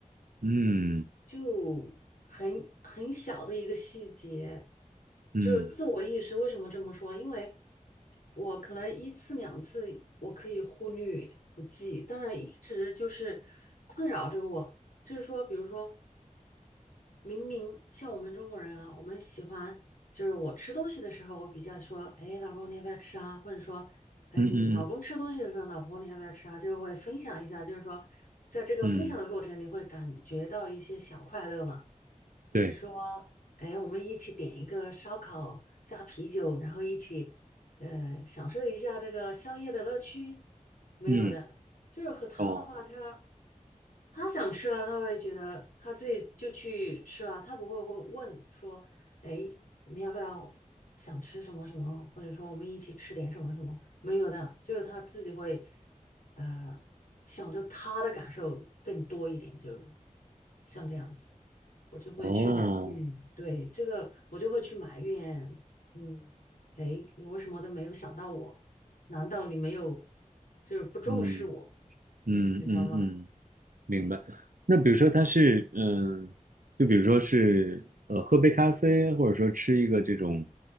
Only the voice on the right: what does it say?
嗯
嗯
嗯嗯
嗯，
对，
嗯，
哦
哦，
嗯嗯嗯嗯，
明白。
那比如说他是，嗯、就比如说是，呃，喝杯咖啡，或者说吃一个这种，